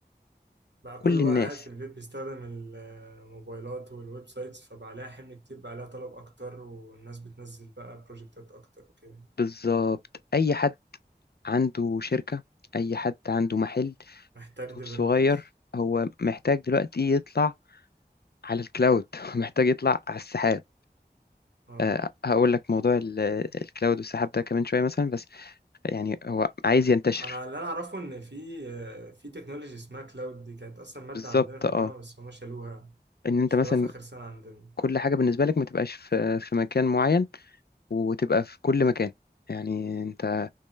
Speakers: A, on the right; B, on the left.
A: بقى
B: كل
A: كله
B: الناس
A: بقى قاعد في البيت بيستخدم الموبايلات والويب سايتس فبقى عليها حمل كتير بقى عليها طلب أكتر والناس بتنزل بقى بروجكتات أكتر وكده
B: بالظبط أي حد عنده شركة أي حد عنده محل
A: محتاج ديفلوبرز
B: دور صغير هو محتاج دلوقتي يطلع على الكلاود <laughs> محتاج يطلع على السحاب
A: اه
B: أه هقول لك موضوع ال- الكلاود والسحاب ده كمان شوية مثلا بس يعني هو عايز ينتشر
A: أنا اللي أنا أعرفه إن في في تكنولوجي اسمها كلاود دي كانت أصلا مادة
B: بالظبط
A: عندنا في
B: اه
A: الجامعة بس هما شالوها
B: إن أنت
A: شالوها
B: مثلا
A: في آخر سنة عندنا
B: كل حاجة بالنسبة لك ما تبقاش في في مكان معين وتبقى في كل مكان يعني أنت